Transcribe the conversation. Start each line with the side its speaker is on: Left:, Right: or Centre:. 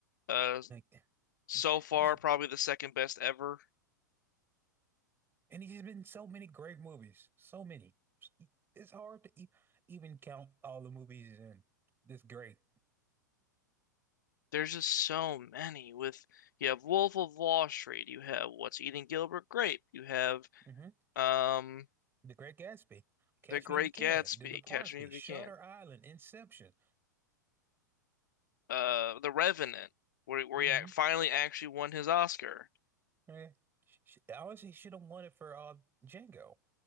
Left: Uh,
Right: Like
Left: so far
Right: it's
Left: probably the second best ever.
Right: and he's been in so many great movies. So many. It's hard to e even count all the movies he's in. This great.
Left: There's just so many. With you have Wolf of Wall Street, you have What's Eating Gilbert Grape, you have
Right: hmm
Left: um
Right: The Great Gatsby. Catch
Left: The Great
Right: Me If You Can.
Left: Gatsby,
Right: The Departed.
Left: Catch Me If
Right: Shutter
Left: You Can,
Right: Island. Inception.
Left: uh, The Revenant, where where
Right: hmm
Left: he finally actually won his Oscar.
Right: Yeah. Sh- sh- Honestly, she should have won it for uh Django.